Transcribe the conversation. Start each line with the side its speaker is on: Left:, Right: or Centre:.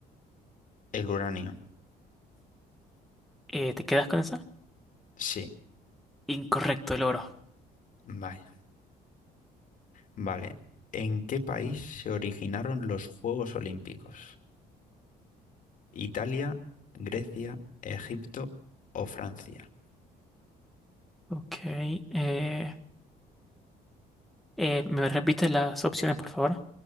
Left: el uranio.
Centre: Eh, ¿te quedas con esa?
Left: Sí,
Centre: Incorrecto, el oro.
Left: vaya. Vale. ¿En qué país se originaron los Juegos Olímpicos? ¿Italia, Grecia, Egipto o Francia?
Centre: Ok. eh, eh, ¿me repites las opciones, por favor?